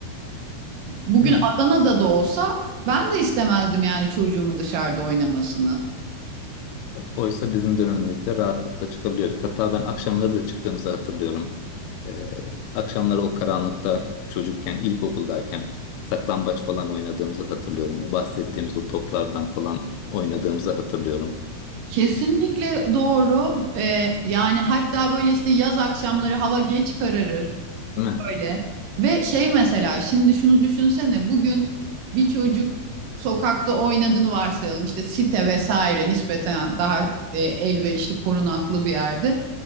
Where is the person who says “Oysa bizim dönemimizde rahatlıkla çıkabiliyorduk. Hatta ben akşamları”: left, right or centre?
Left